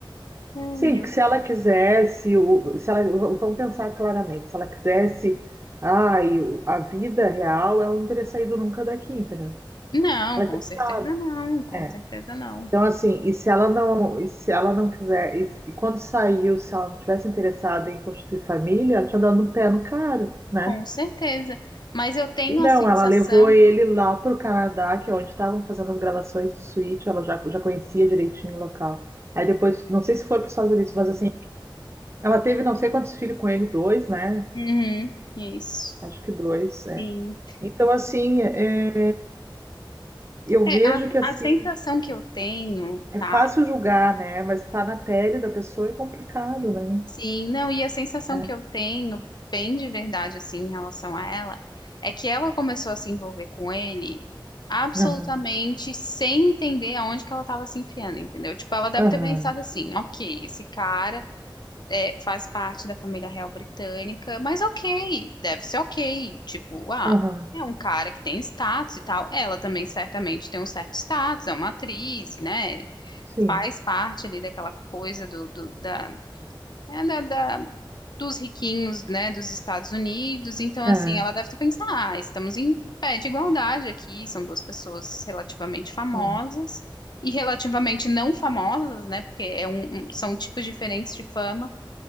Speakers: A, on the left; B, on the right.
A: Ai,
B: Sim, porque
A: eu-
B: se ela quisesse, o- se ela, v- vamos pensar claramente, se ela quisesse, ai, o- a vida real, ela não teria saído nunca daqui, entendeu?
A: Não,
B: Ela
A: com
B: tinha
A: certeza
B: ficado.
A: não, com
B: É.
A: certeza não.
B: Então, assim, e se ela não, e se ela não quiser, e, e quando saiu, se ela não tivesse interessada em constituir família, ela tinha dado um pé no cara, né?
A: Com certeza. Mas eu tenho
B: E não,
A: a sensação.
B: ela levou ele lá pro Canadá, que é onde estavam fazendo as gravações do Switch, ela já, já conhecia direitinho o local. Aí depois, não sei se foi para os Estados Unidos, mas assim, Ela teve não sei quantos filhos com ele, dois, né?
A: Uhum, isso.
B: Acho que dois, é.
A: Sim.
B: Então, assim, é, é, eu
A: É,
B: vejo
A: a,
B: que, assim,
A: a sensação que eu tenho,
B: é
A: tá?
B: fácil julgar, né? Mas estar na pele da pessoa é complicado, né?
A: Sim, não, e a sensação
B: É.
A: que eu tenho, bem de verdade, assim, em relação a ela, é que ela começou a se envolver com ele absolutamente
B: Aham,
A: sem entender aonde que ela estava se enfiando, entendeu? Tipo, ela deve
B: aham,
A: ter pensado assim, ok, esse cara. é, faz parte da família real britânica, mas ok, deve ser ok. Tipo, ah,
B: aham,
A: é um cara que tem status e tal. Ela também certamente tem um certo status, é uma atriz, né?
B: sim.
A: Faz parte ali daquela coisa do, do- da, é, da- da- dos riquinhos, né, dos Estados Unidos. Então,
B: É,
A: assim, ela deve ter pensado, ah, estamos em pé de igualdade aqui, são duas pessoas relativamente famosas.
B: é,
A: E relativamente não famosas, né? Porque é um, um- são tipos diferentes de fama.